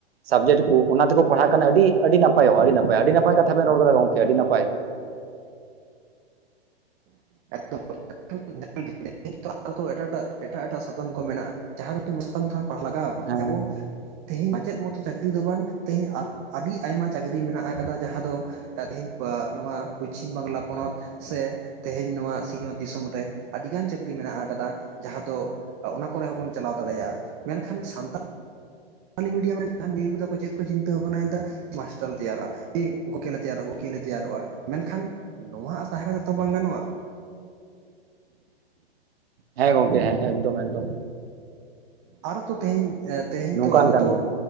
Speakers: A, on the right; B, on the right.
A: ᱥᱟᱵᱡᱮᱠᱴ ᱠᱚ ᱚᱱᱟ ᱛᱮᱠᱚ ᱯᱟᱲᱦᱟᱜ ᱠᱟᱱᱟ ᱟᱹᱰᱤ ᱟᱹᱰᱤ ᱱᱟᱯᱟᱭᱚᱜᱼᱟ ᱟᱹᱰᱤ ᱱᱟᱯᱟᱭ ᱟᱹᱰᱤ ᱱᱟᱯᱟᱭ ᱠᱟᱛᱷᱟ ᱵᱮᱱ ᱨᱚᱲ ᱠᱟᱫᱟ ᱜᱚᱝᱠᱮ ᱟᱹᱰᱤ ᱱᱟᱯᱟᱭ
B: <unintelligible> <unintelligible> ᱟᱨ ᱛᱚ ᱮᱴᱟᱜ ᱮᱴᱟᱜ ᱮᱴᱟᱜ ᱮᱴᱟᱜ ᱥᱟᱛᱟᱢ ᱠᱚ ᱢᱮᱱᱟᱜᱼᱟ ᱡᱟᱦᱟ ᱚᱱᱟ ᱥᱟᱛᱟᱢ ᱛᱮᱦᱳᱢ ᱯᱟᱲ ᱞᱟᱜᱟᱣᱵᱚᱱ
A: ᱦᱮᱸ
B: ᱮᱵᱚᱝ ᱛᱮᱦᱮᱧ ᱢᱟᱪᱮᱫ ᱢᱚᱛᱚ ᱪᱟᱹᱠᱨᱤ ᱫᱚ ᱵᱟᱝ ᱛᱮᱦᱮᱧ ᱟᱹᱰᱤ ᱟᱭᱢᱟ ᱪᱟᱹᱠᱨᱤ ᱢᱮᱱᱟᱜ ᱟᱠᱟᱫᱟ ᱡᱟᱦᱟ ᱫᱚ ᱛᱮᱦᱮᱧ ᱮ ᱱᱚᱣᱟ ᱯᱚᱪᱷᱤᱢ ᱵᱟᱝᱞᱟ ᱯᱚᱱᱚᱛ ᱥᱮ ᱛᱮᱦᱮᱧ ᱱᱚᱣᱟ ᱥᱤᱧᱚᱛ ᱫᱤᱥᱚᱢ ᱨᱮ ᱟᱹᱰᱤᱜᱟᱱ ᱪᱟᱹᱠᱨᱤ ᱢᱮᱱᱟᱜ ᱟᱠᱟᱫᱟ ᱡᱟᱦᱟ ᱫᱚ ᱚᱱᱟ ᱠᱚᱨᱮ ᱦᱚᱸᱵᱚᱱ ᱪᱟᱞᱟᱣ ᱫᱟᱲᱮᱭᱟᱜᱼᱟ ᱢᱮᱱᱠᱷᱟᱱ ᱥᱟᱱᱛᱟᱲ ᱞᱤᱢᱤᱰᱭᱟᱢ ᱨᱮ ᱡᱟᱦᱟᱸᱭ ᱢᱟᱹᱭ ᱵᱟᱵᱩ ᱛᱟᱠᱚ ᱪᱤᱫ ᱠᱳ ᱪᱤᱱᱛᱟᱹ ᱵᱷᱟᱵᱱᱟᱭᱫᱟ ᱠᱮᱞᱟᱥ ᱴᱟᱱ ᱛᱮᱭᱟᱨᱚᱜᱼᱟ ᱠᱤ ᱜᱚᱠᱮ ᱞᱮ ᱛᱮᱭᱟᱨᱚᱜᱼᱟ ᱜᱚᱠᱮ ᱞᱮ ᱛᱮᱭᱟᱨᱚᱜᱼᱟ ᱢᱮᱱᱠᱷᱟᱱ ᱱᱚᱣᱟᱜ ᱟᱥ ᱛᱟᱦᱮ ᱠᱟᱛᱮ ᱛᱚ ᱵᱟᱝ ᱜᱟᱱᱚᱜᱼᱟ
A: ᱦᱮ ᱜᱚᱝᱠᱮ ᱦᱮ ᱮᱠᱫᱚᱢ ᱮᱠᱫᱚᱢ
B: ᱟᱨᱚ ᱛᱚ ᱛᱮᱦᱮᱧ ᱮ ᱛᱮᱦᱮᱧ
A: ᱱᱚᱝᱠᱟᱱ
B: ᱟᱨᱚ
A: ᱠᱟᱱ ᱜᱮᱭᱟ